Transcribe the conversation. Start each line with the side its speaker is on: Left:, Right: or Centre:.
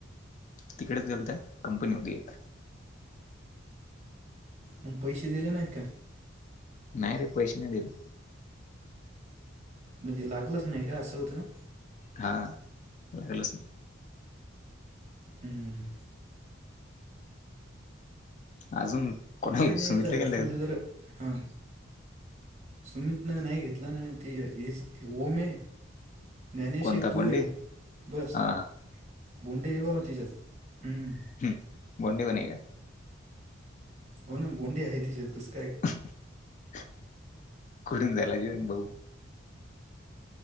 Left: तिकडेच गेलत कंपनी होती एक
Right: मग पैसे दिले नाहीत का
Left: नाही रे पैसे नाही दिले
Right: म्हणजे लागलच नाही का असं होतं
Left: हा <unintelligible> नाही
Right: हम्म
Left: नाही अजून <unintelligible>
Right: तू काही नाही
Left: सुमितलं
Right: येतं
Left: गेलंत
Right: तुला
Left: का तू
Right: जर हां सुमित न नाही घेतला ना ते <unintelligible> न्यानेश
Left: कोणता
Right: ये तू
Left: बोंडे
Right: आहे बस
Left: हा
Right: <unintelligible>
Left: हम् बोंडी ब नाही का
Right: हो ना बोंडे आहे तिच्यात कस
Left: <inaudible> <unintelligible> भाऊ